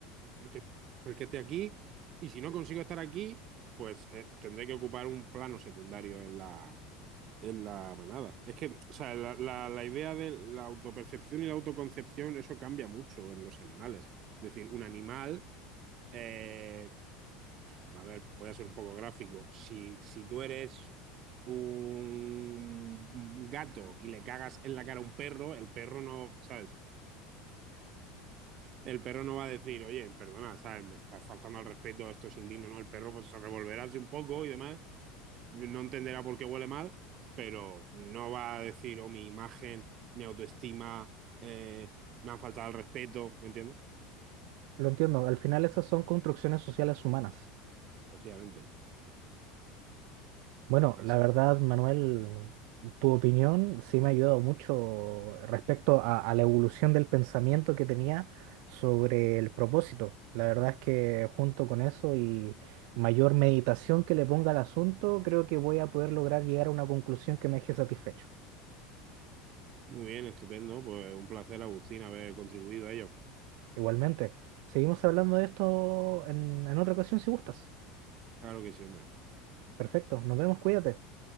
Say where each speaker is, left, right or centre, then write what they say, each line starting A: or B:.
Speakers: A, on the right (about 40°); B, on the right (about 65°).
A: el que, el que esté aquí y si no consigo estar aquí, pues eh, tendré que ocupar un plano secundario en la, en la manada. Es que, o sea, la, la- la idea de la autopercepción y la autoconcepción, eso cambia mucho en los animales. Es decir, un animal, eh, a ver, voy a ser un poco gráfico. Si, si tú eres un gato y le cagas en la cara a un perro, el perro no, ¿sabes? El perro no va a decir, oye, perdona, ¿sabes? Me estás faltando al respeto, esto es indigno, ¿no? El perro pues, se revolverá así un poco y demás no entenderá por qué huele mal, pero no va a decir, oh, mi imagen, mi autoestima, eh, me han faltado el respeto, ¿me entiendes?
B: lo entiendo, al final esas son construcciones sociales humanas.
A: Efectivamente.
B: Bueno,
A: Así.
B: la verdad, Manuel, tu opinión sí me ha ayudado mucho respecto a, a la evolución del pensamiento que tenía sobre el propósito. La verdad es que junto con eso y mayor meditación que le ponga al asunto, creo que voy a poder lograr llegar a una conclusión que me deje satisfecho.
A: Muy bien, estupendo. Pues un placer, Agustín, haber contribuido a ello.
B: Igualmente, seguimos hablando de esto en, en otra ocasión si gustas.
A: Claro que siempre.
B: Perfecto, nos vemos, cuídate.